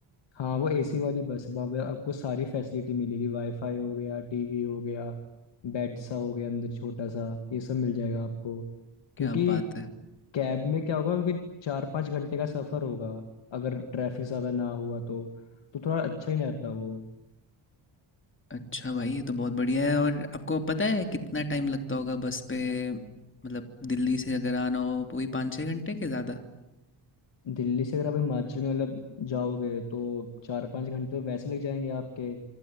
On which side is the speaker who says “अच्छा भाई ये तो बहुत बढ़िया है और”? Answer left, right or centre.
Left